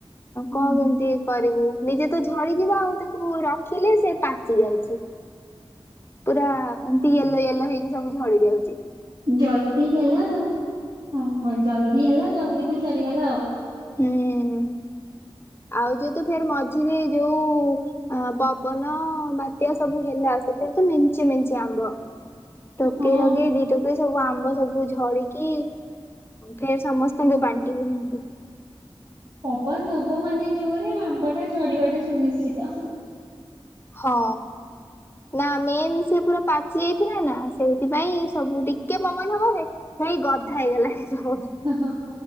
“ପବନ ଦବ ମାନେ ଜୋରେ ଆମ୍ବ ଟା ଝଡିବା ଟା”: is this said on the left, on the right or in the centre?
Right